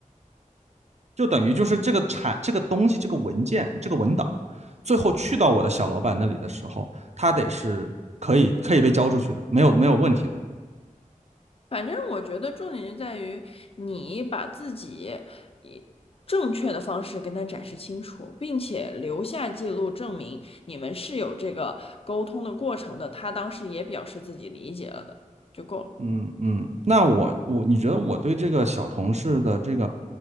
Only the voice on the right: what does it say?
就等于就是这个产这个东西这个文件这个文档，最后去到我的小老板那里的时候，他得是可以可以被交出去的，没有没有问题的。
嗯嗯，那我我你觉得我对这个小同事的这个，